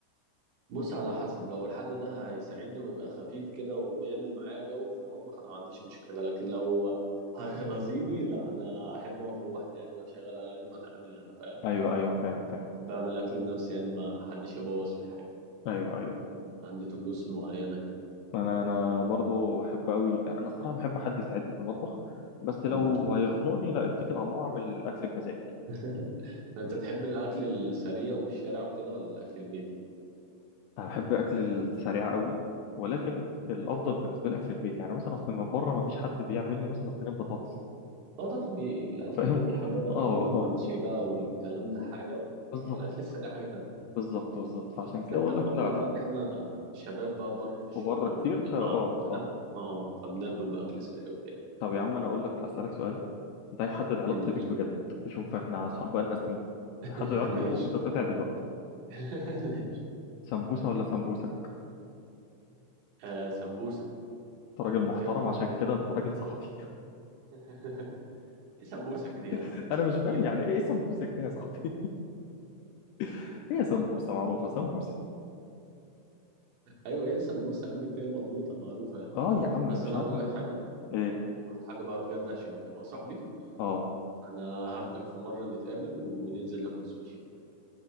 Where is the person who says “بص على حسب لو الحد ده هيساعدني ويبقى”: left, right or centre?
Right